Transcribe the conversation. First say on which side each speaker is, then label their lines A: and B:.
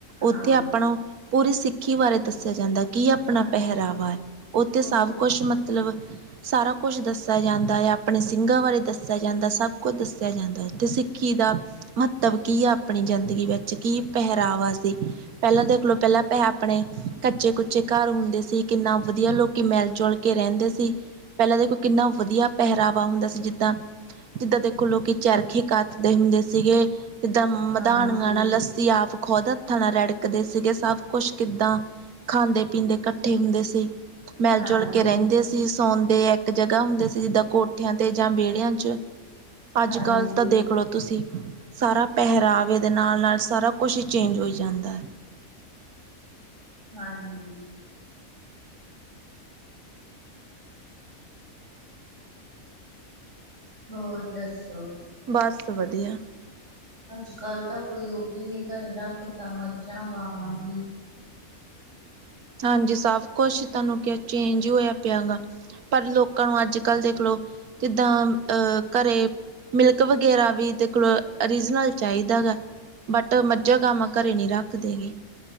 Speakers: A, on the right; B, on the right.
A: ਹਾਂਜੀ
B: ਉੱਥੇ ਆਪਣਾ ਪੂਰੀ ਸਿੱਖੀ ਬਾਰੇ ਦੱਸਿਆ ਜਾਂਦਾ ਕੀ ਆਪਣਾ
A: ਹਾਂਜੀ
B: ਪਹਿਰਾਵਾ ਓ ਤੇ ਸਭ
A: ਉੱਥੇ ਤੁਸ-
B: ਕੁਛ ਮੰਤ ਕੀ ਮਤਲਬ ਸਾਰਾ ਕੁਛ ਦੱਸਿਆ ਜਾਂਦਾ ਯਾ ਆਪਣੇ ਸਿੰਘਾਂ ਬਾਰੇ ਦੱਸਿਆ ਜਾਂਦਾ ਸਭ ਕੁਛ ਦੱਸ ਆ ਜਾਂਦਾ ਓਥੇ ਸਿੱਖੀ ਦਾ ਮਹੱਤਵ ਕੀ ਆ ਆਪਣੀ ਜ਼ਿੰਦਗੀ ਵਿੱਚ ਕੀ ਪਹਿਰਾਵਾ ਸੀ ਪੈਲਾਂ ਦੇਖਲੋ ਪੈਲਾਂ ਪ ਆਪਣੇ ਕੱਚੇ-ਕੁੱਚੇ ਘਰ ਹੁੰਦੇ ਸੀ ਕਿੰਨਾ ਵਧੀਆ ਲੋ ਕੀ ਮਿਲ ਜੁਲ ਕੇ ਰੈਂਦੇ ਸੀ ਪੈਲਾਂ ਦੇਖੋ ਕਿੰਨਾ ਵਧੀਆ ਪਹਿਰਾਵਾ ਹੁੰਦਾ ਸੀ ਜਿੱਦਾਂ ਜਿੱਦਾਂ ਦੇਖੋ ਲੋਕੀ ਚਰਖੇ ਕੱਤਦੇ ਹੁੰਦੇ ਸੀਗੇ, ਜਿੱਦਾਂ ਮਧਾਨੀਆ
A: ਹਾਂਜੀ
B: ਨਾਲ ਲੱ ਸੀ ਆਪ ਖੁਦ ਹੱਥਾਂ ਨਾਲ ਰਿੜਕਦੇ ਸੀਗੇ ਸਭ ਕੁੱਛ ਕਿੱਦਾਂ ਖਾਂਦੇ-ਪੀਂਦੇ ਕ ਠੇ ਹੁੰਦੇ ਸੀ ਮਿਲ-ਜੁਲ
A: ਹਾਂਜੀ
B: ਕੇ ਰੈਂਦੇ ਤੇ ਸੌਂਦੇ ਏਕ ਜਗ੍ਹਾ ਹੁੰਦੇ ਸੀ ਜਿੱਦਾਂ ਕੋਠਿਆਂ ਤੇ ਜਾਂ ਵੇੜੇਆਂ ਚ ਅੱਜ
A: ਹਾਂਜੀ
B: ਕੱਲ੍ਹ ਤਾਂ ਦੇਖ ਲਓ ਤੁਸੀਂ ਸਾਰਾ ਪਹਿਰਾਵੇ ਦੇ ਨਾਲ -ਨਾਲ ਸਾਰਾ ਕੁਛ ਈ ਚੇਂਜ ਹੋਈ ਜਾਂਦਾ।
A: ਹਾਂਜੀ। ਹੋਰ ਦੱਸੋ?
B: ਬਸ ਵੱਧੀਆ।
A: ਅੱਜ ਕੱਲ੍ਹ ਤਾਂ ਕੋਈ ਓ ਵੀ ਨੀ ਘਰੇ ਰੱਖਦਾ ਮੱਝਾਂ ਗਾਵਾਂ ਵੀ
B: ਹਾਂਜੀ ਸਾਭ ਕੋਛ ਤਾਨੂੰ ਕੇਆ ਚੇਂਜ ਹੋਇਆ ਪੇਆ ਵਾ। ਪਰ ਲੋਕਾਂ ਨੂੰ ਅੱਜ- ਕੱਲ੍ਹ ਦੇਖ ਲਓ ਕਿਦਾਂ ਅ ਘਰੇ ਮਿਲਕ ਵਗੈਰਾ ਵੀ ਦੇਖ ਲਓ ਉਰਿਜਨਲ ਚਾਈਦਾ ਹੈਗਾ। ਬਟ ਮੱਝਾ ਗਾਂਵਾ ਘਰੇ ਨੀ ਰੱਖਦੇ ਹੈਗੇ।